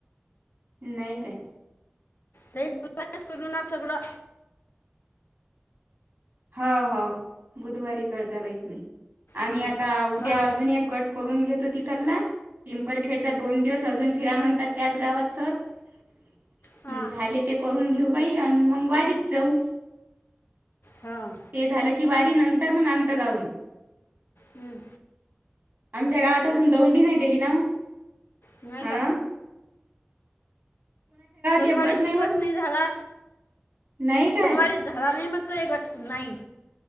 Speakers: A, on the right; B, on the left.
A: नाहीय का.
B: नाहीच कर ना सगळं.
A: हो हो बुधवारी कर जाव इ तुी आम्ही
B: हां
A: आता उद्या
B: हां
A: अजून एक गट करून घेतो तिथला. पिंपरखेडचा दोन दिवस अजून फिरा म्हणतात. त्याच गावात सर
B: हां
A: झाले ते करून घेऊ. भाई आणि मंगवारीच जाऊ.
B: हां
A: ते झालं की वारी नंतर मग आमचं गाव घेऊ.
B: हम्म.
A: आमच्या गावात अजून दौंडी नाही दिली ना
B: नाही का
A: अं
B: सोनवारी
A: एक गट
B: एककट
A: होत
B: नाही झाला
A: नाही काय
B: सोनवारी झाला नाही म. पडे घट नाहीई